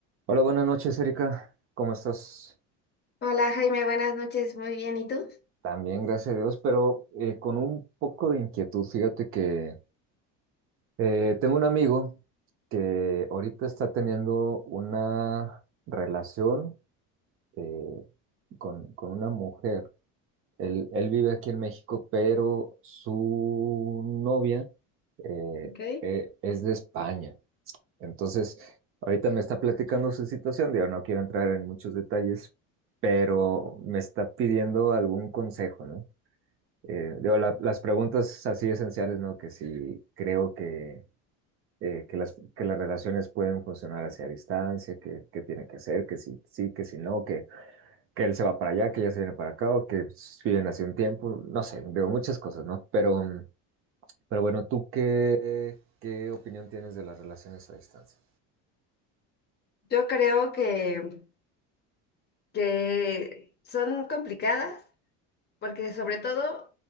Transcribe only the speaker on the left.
Hola Jaime, buenas noches, muy bien, ¿y tú?
Ok,
Yo creo que, que son complicadas, porque sobre todo